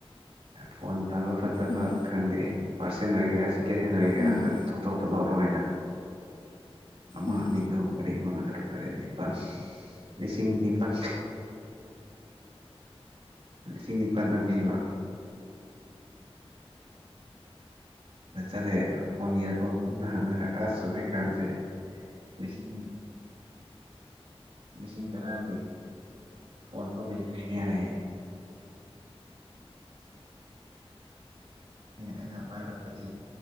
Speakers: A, on the right (about 65°); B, on the left (about 50°).
A: ꯐꯣꯟ ꯐꯕ ꯐꯠꯇꯕ
B: ꯎꯝ
A: ꯈꯪꯗꯦ ꯐꯥꯔꯁ ꯍꯦꯟ ꯑꯣꯏꯒꯦꯔꯥ ꯁꯦꯀꯦꯟ ꯍꯦꯟ ꯑꯣꯏꯒꯦꯔꯥ
B: ꯎꯝ
A: ꯅꯪ ꯊꯣꯛ ꯊꯣꯛꯄ ꯂꯧꯔꯛꯑꯣꯅ ꯑꯃ
B: ꯎꯝ
A: ꯑꯅꯤ ꯑꯍꯨꯝ ꯃꯔꯤ ꯃꯉꯥ ꯇꯔꯨꯛ ꯇꯔꯦꯠ ꯅꯤꯄꯥꯜ ꯂꯤꯁꯤꯡ ꯅꯤꯄꯜ ꯂꯤꯁꯤꯡ ꯅꯤꯄꯜꯗꯪ ꯄꯤꯕ ꯑꯗ ꯆꯠꯂꯦ ꯐꯣꯟ ꯌꯦꯡꯕ ꯃꯐꯝꯗ ꯍꯪꯉꯒ ꯑꯁ ꯍꯧꯖꯤꯛꯀꯥꯟꯁꯦ ꯂꯤꯁꯤꯡ ꯂꯤꯁꯤꯡ ꯇꯔꯥꯒꯤ ꯐꯣꯟ ꯐꯥꯎ ꯂꯩꯇ꯭ꯔꯤꯅꯦ ꯍꯥꯏꯌꯦ ꯑꯩꯅ ꯑꯩꯅ ꯄꯥꯏꯔꯛꯄꯗꯤ